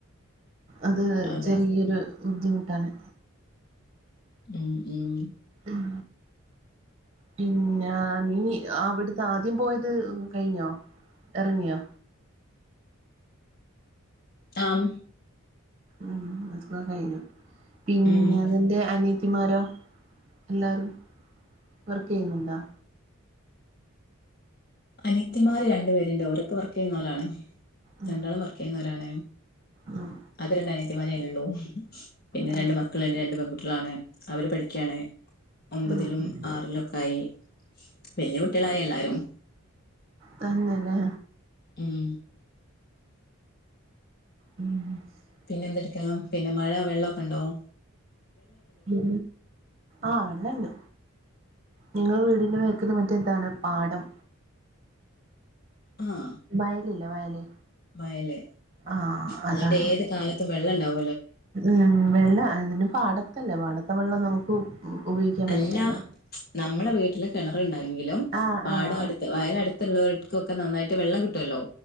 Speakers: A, on the right (about 30°); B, on the left (about 45°).
A: അത്
B: അതെ
A: ചെറിയൊരു ബുദ്ധിമുട്ടാണ്.
B: ഉം ഉം
A: ഉം പിന്നെ നീ അവിടുത്തെ ആദ്യം പോയത് കഴിഞ്ഞോ? ഇറങ്ങിയോ?
B: ആം
A: ഉം അതൊക്കെ കഴിഞ്ഞു പിന്നെ
B: ഉം
A: നിന്റെ അനി യത്തിമാരോ എല്ലാരും വർക്ക് ചെയ്യുന്നുണ്ടോ?
B: അനിയത്തിമാര് രണ്ടു പേരുണ്ട് ഓരൊക്കെ വർക്ക് ചെയ്യുന്നവരാണ്
A: ഉം
B: രണ്ടാളും വർക്ക് ചെയ്യുന്നവരാണ്.
A: ഉം
B: ആകെ രണ്ട് അനിയത്തിമാരേ ഉള്ളൂ പിന്നെ
A: ഉം
B: രണ്ട് മക്കളുണ്ട് രണ്ട് പെൺകുട്ടികളാണ്. അവര് പഠിക്കാണ്. ഒമ്പതിലും
A: ഉം ഉം
B: ആറിലും ഒക്കെ ആയി വല്യ കുട്ടികളായി എല്ലാരും.
A: തന്നെയല്ലേ
B: ഉം
A: ഉ <unintelligible>
B: പിന്നെ എന്തെടുക്കാ പിന്നെ മഴ വെള്ളമൊക്കെ ഉണ്ടാവോ
A: ഉ ആഹ് വെണണ്ട് നിങ്ങള്ൾ വീടിന്റെ മേക്കൽ മറ്റ എന്താണ് പാടം
B: ആഹ <unintelligible>
A: വയലല്ലേ വയല്
B: മയല
A: ആഹ് അതാണ്
B: അതുകൊണ്ട് ഏത് കാലത്തും വെള്ള ഉണ്ടാവും <unintelligible>
A: ഉം വെള്ള അതിന് പാടത്തല്ലേ പാടത്തെ വെള്ളം നമുക്ക് ഉപയോഗിക്കാൻ പറ്റില്ലല്ലോ
B: അല്ല നമ്മുടെ വീട്ടില് കിണറുണ്ടായെങ്കിലും
A: ആഹ്
B: പാടം
A: ആഹ്
B: അടുത്ത് വയല അടുത്തുള്ളവർക്കൊക്കെ നന്നായിട്ട് വെള്ളം കിട്ടുമല്ലോ